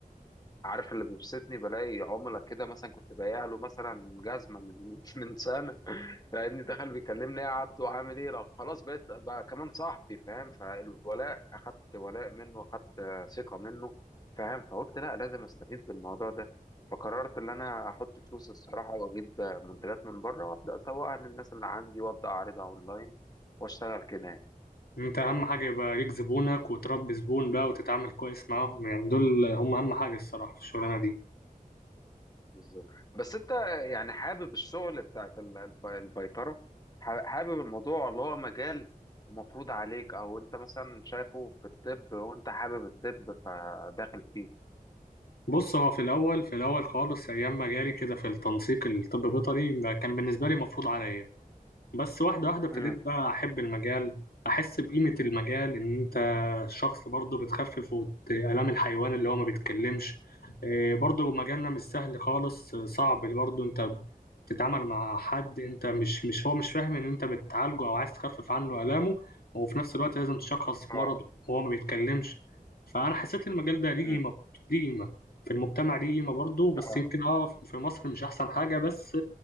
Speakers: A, on the left (about 25°); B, on the left (about 85°).
A: عارف اللي بيبسطني بلاقي عملاء كده مثلا كنت بايع له مثلا جزمة من <laughs> من سنة فاهمني دخل بيكلمني إيه يا عبدو عامل ايه لا خلاص بقيت بقى كمان صاحبي فاهم فالولاء اخدت ولاء منه اخدت آه، ثقة منه فاهم فقلت لا لازم استفيد بالموضوع ده فقررت ان انا احط فلوس الصراحة واجيب آه، منتجات من بره وابدا اسوقها للناس اللي عندي وابدا اعرضها اونلاين واشتغل كده
B: انت اهم حاجه يبقى ليك زبونك وتربي زبون بقى وتتعامل كويس معاهم يعني دول هم اهم حاجه الصراحه في الشغلانه دي
A: بالظبط بس انت يعني حابب الشغل بتاعت ال- الب- البيطرة ح- حابب الموضوع اللي هو مجال ومفروض عليك او انت مثلا شايفه في الطب وانت حابب الطب فداخل فيه
B: بص هو في الاول في الاول خالص ايام ما جالي كده في التنسيق الطب بيطري ما كان بالنسبه لي مفروض عليا بس واحدة واحدة ابتديت
A: امم
B: بقى أحب المجال أحس بقيمة المجال إن أنت شخص برضه بتخفف وت- آلام الحيوان اللي هو ما بيتكلمش إيه، برضه مجالنا مش سهل خالص آه، صعب برضه أنت بتتعامل مع حد أنت مش مش هو مش فاهم إن أنت بتعالجه أو عايز تخفف عنه آلامه وفي نفس الوقت لازم تشخص
A: اه
B: مرض وهو ما بيتكلمش فأنا حسيت المجال ده ليه
A: امم
B: قيمة ليه قيمة في المجتمع ليه قيمة برضه بس
A: اه
B: يمكن أه في مصر مش أحسن حاجة بس